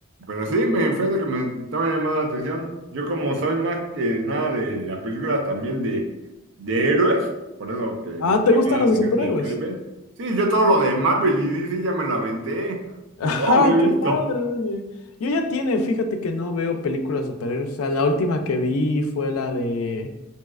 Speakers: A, on the right; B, on the left.
A: pero sí, me fíjate que me estaba llamando la atención. Yo como soy más que nada de las películas también de, de héroes, por eso que me
B: Ah,
A: está
B: ¿te
A: llamando
B: gustan
A: la
B: las
A: atención
B: de superhéroes?
A: de Craven. Sí, yo todo lo de Marvel y DC ya me lo aventé,
B: <laughs> Ajá,
A: de todo lo he visto.
B: qué padre, oye. Yo ya tiene, fíjate que no veo películas de superhéroes, o sea, la última que vi fue la de...